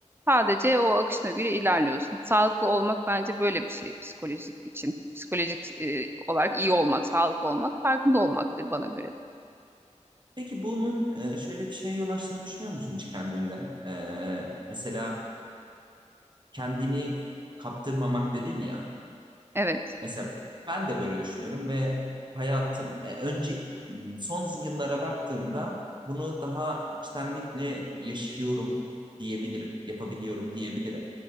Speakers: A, on the right; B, on the right.
A: Sadece o akışına göre ilerliyorsun. Sağlıklı olmak bence böyle bir şey psikolojik için. Psikolojik e, olarak iyi olmak, sağlıklı olmak farkında olmaktır bana göre de.
B: Peki bunun e, şöyle bir şeye yol açtığını düşünüyor musun hiç kendinde? Ee, mesela kendini kaptırmamak dedin ya.
A: Evet.
B: Mesela ben de böyle düşünüyorum ve hayatım e, önce m, son yıllara baktığımda bunu daha içtenlikle yaşıyorum diyebilirim, yapabiliyorum diyebilirim.